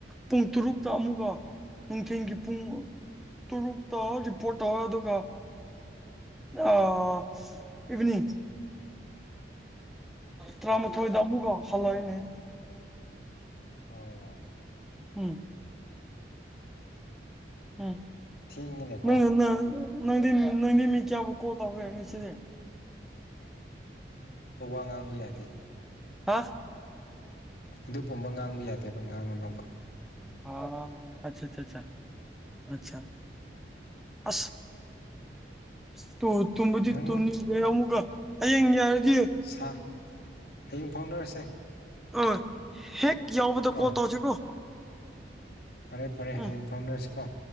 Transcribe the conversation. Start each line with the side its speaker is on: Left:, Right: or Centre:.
Centre: ꯄꯨꯡ ꯇꯔꯨꯛꯇ ꯑꯃꯨꯛꯀ ꯅꯨꯡꯊꯤꯟꯒꯤ ꯄꯨꯡ ꯇꯔꯨꯛꯇ ꯔꯤꯄꯣꯔꯠ ꯇꯧꯋꯦ ꯑꯗꯨꯒ ꯑꯥ ꯏꯚꯅꯤꯡ ꯇꯔꯥꯃꯊꯣꯏꯗꯑꯃꯨꯒ ꯐꯂꯣꯏꯅꯦ
Left: ꯑꯣ
Centre: ꯎꯝ ꯎꯝ
Left: ꯊꯦꯡꯉꯤꯅꯦꯀꯣ
Centre: ꯅꯣꯏ ꯌꯨꯝꯅ ꯅꯪꯗꯤ ꯅꯪꯗꯤ ꯃꯤ ꯀꯌꯥꯕꯨꯛ ꯀꯣꯜ ꯇꯧꯕ ꯌꯥꯅꯤ ꯁꯤꯗꯤ
Left: <inaudible> ꯋꯥ ꯉꯥꯡꯕ ꯌꯥꯗꯦ
Centre: ꯍꯥ
Left: ꯑꯗꯨ ꯄꯨꯝꯕ ꯉꯥꯡꯕ ꯌꯥꯗꯦꯕ ꯉꯥꯡꯉꯨꯅꯨꯕ
Centre: ꯑ ꯑꯆꯥ ꯑꯆꯥ ꯑꯆꯥ ꯑꯆꯥ ꯑꯁ ꯇ ꯇꯨ ꯇꯨꯝꯕꯨꯗꯤ
Left: ꯅꯪ
Centre: ꯇꯨꯅꯤꯡꯗꯦ ꯑꯃꯨꯛꯀ ꯍꯌꯦꯡ <inaudible> <inaudible>
Left: ꯁꯥ ꯍꯌꯦꯡ ꯐꯥꯎꯅꯔꯁꯦ
Centre: ꯑ ꯍꯦꯛ ꯌꯥꯎꯕꯗꯣ
Left: ꯀꯣ
Centre: ꯀꯣꯜ ꯇꯧꯁꯤꯀꯣ
Left: ꯐꯔꯦ ꯐꯔꯦ
Centre: ꯎꯝ
Left: ꯍꯌꯦꯡ ꯐꯥꯎꯅꯔꯁꯤꯀꯣ